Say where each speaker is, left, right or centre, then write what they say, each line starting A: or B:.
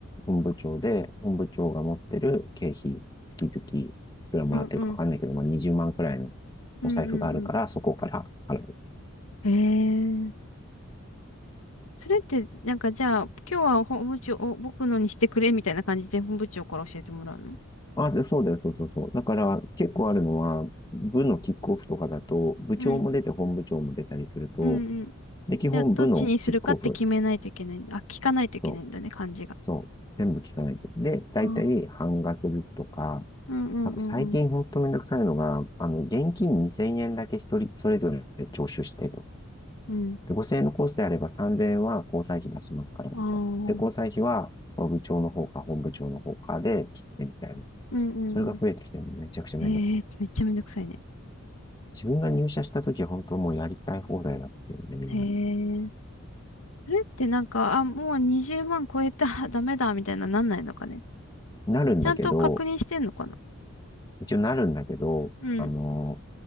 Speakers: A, on the left (about 20°); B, on the left (about 75°).
A: 本部長で、本部長が持ってる経費、月々、いくらもらってるかわかんないけど、
B: うんうん。
A: まあ20万くらいの
B: うんうん
A: お財布があるから、そこから払う。
B: うん。へえ。それって、なんかじゃあ、今日は本部長を僕のにしてくれみたいな感じで本部長から教えてもらうの
A: あ、で、そうだよ、そうそうそう。だから結構あるのは、部のキックオフとかだと、部長も出て本部長も出たりすると、
B: うん。うんうん。
A: で、基本部のキックオフ
B: じゃあ、どっちにするかって決めないといけないんだ。あ、聞かないといけないんだね、
A: と、
B: 感じが。
A: そう、全部聞かないと。で、大体半額ずつとか、
B: あーうんうんうんうん。
A: あと最近ほんとめんどくさいのが、あの、現金2000円だけ一人、それぞれ徴収してと。
B: うん。
A: で、5000円のコースであれば3000円は交際費出しますから、みたいな。
B: ああ。うん
A: で、交際費は、部長の方か本部長の方かで切ってみたいな。
B: うんうん。
A: それが増えてきてもめちゃくちゃめんどくさい。
B: へえ、めっちゃめんどくさいね。
A: 自分が入社した時は本当もうやりたい放題だったよね、みんな。
B: へえ。それってなんか、あ、もう20万超えた、<laughs> ダメだ、みたいななんないのかね。
A: なるんだけど、
B: ちゃんと確認してんのかな
A: 一応なるんだけど、
B: うん
A: あの